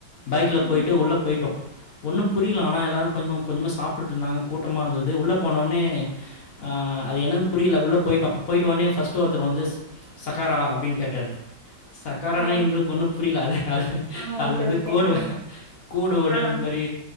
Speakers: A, on the left; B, on the right.
A: பைக்கில
B: ம்
A: போய்டு உள்ள போய்ட்டோ ஒன்னு புரியல ஆனா எல்லாரு கொஞ்ச கொஞ்சம சாப்ட்டுட்டு இருந்தாங்க கூட்டமாக இருந்தது உள்ள போனொனே ஆ அது என்னன்னு புரியல உள்ள போயிட்டோ போய்ட்டு ஒனே ஃபஸ்ட்டு ஒருத்தர் வந்து சகாரா அப்டின்னு கேட்டாரு சக்காரனா
B: ஆ
A: எங்களுக்கு ஒன்னு புரியல அது அது
B: ஆ ஓகே
A: அது வந்து
B: ஓகே
A: கோடு
B: ஆ
A: கூடு வொடு
B: ஆ
A: இந்த மாரி